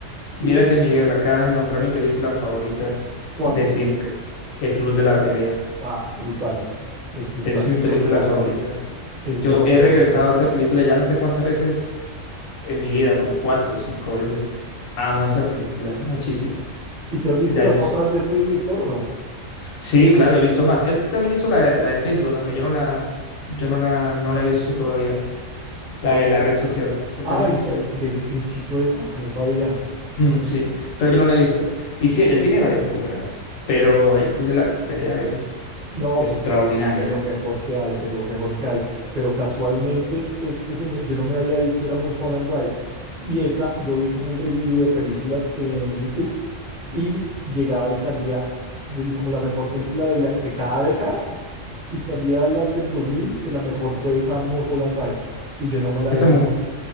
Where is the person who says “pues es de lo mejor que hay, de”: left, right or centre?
Right